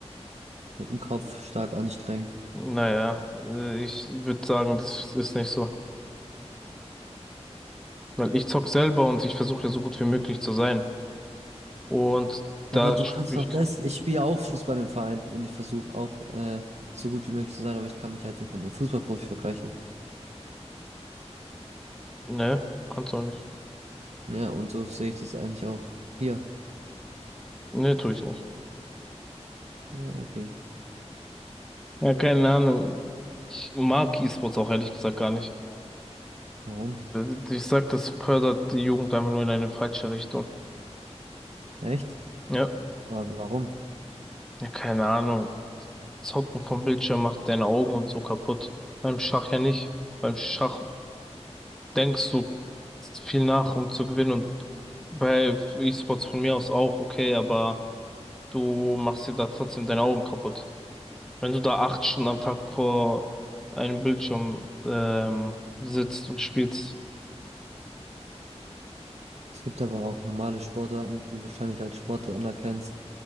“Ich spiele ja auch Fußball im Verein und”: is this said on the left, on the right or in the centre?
Right